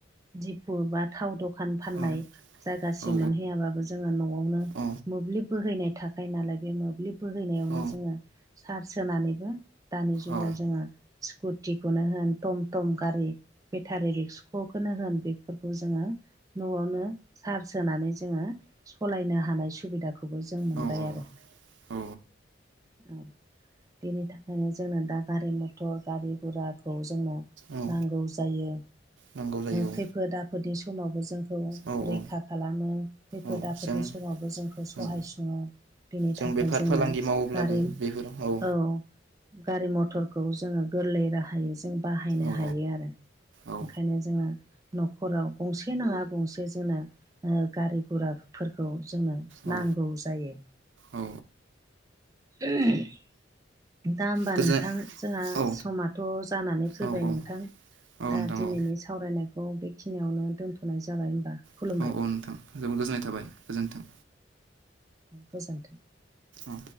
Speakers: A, on the right (about 20°); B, on the right (about 85°).
A: दिफु बा थाव दखान फाननाय
B: औ
A: जायगासिम
B: औ
A: मोनहैयाबाबो जोङो न'आवनो
B: औ
A: मोब्लिब बोहैनाय थाखायो नालाय बे मोब्लिब बोहैनायावनो
B: औ
A: जोङो सार्च होनानैबो दानि जुगाव
B: औ
A: जोङो स्कुटिखौनो होन थम थम गारि, बेटारि रिक्स' खौनो होन बेफोरखौ जोङो न'आवनो सार्ज होनानै जोङो सालायनो हानाय सुबिदाखौबो जों मोनबाय
B: औ
A: आरो
B: औ
A: औ। बेनि थाखायनो जोंङो दा गारि मथर गारि गुराखौ जोङो
B: औ
A: नांगौ जायो।
B: नांगौ जायो
A: खैफोद आफोदनि समावबो जोंखौ
B: औ
A: रैखा
B: औ
A: खालामो खैफोद
B: औ
A: आफोदनि
B: जों
A: समाव जोंखौ सहाय
B: औ
A: सुङो बेनि
B: जों
A: थाखाय
B: बेफार
A: जोंनो
B: फालांगि मावोब्लाबो
A: गारि
B: बेफोराव
A: औ। गारि मथरखौ जोङो गोरलै राहायै जों बाहायनो
B: औ
A: हायो आरो
B: औ
A: ओंखायनो जोङा न'खराव गंसे नाङा गंसे जोंना ओ गारि गुराफोरखौ जोङो नांगौ
B: औ
A: जायो
B: औ
A: <inaudible> दा होमबा
B: गोजोन
A: नोंथां जोंहा
B: औ
A: समाथ जानानै फैबाय
B: औ औ
A: नोंथां।
B: औ नोंथां
A: दा दिनैनि
B: औ
A: सावरायनायखौ बेखिनियावनो दोनथनाय जाबाय होनबा खुलुमबाय।
B: औ औ नोंथां जोबोद गोजोननाय थाबाय गोजोन्थों।
A: गोजोन्थों।
B: औ